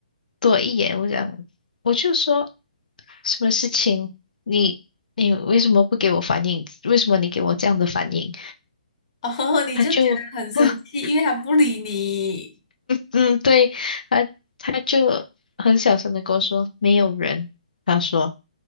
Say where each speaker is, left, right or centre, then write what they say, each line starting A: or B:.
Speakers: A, on the left; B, on the left.
A: 多一眼，我讲就说什么事情，你你为什么不给我反应？为什么你给我这样的反应？
B: 哦，<laughs> 你就觉得很生气，
A: 他就 <laughs>
B: 因为他不理你。
A: 嗯，对，他他就很小声的跟我说没有人，他说，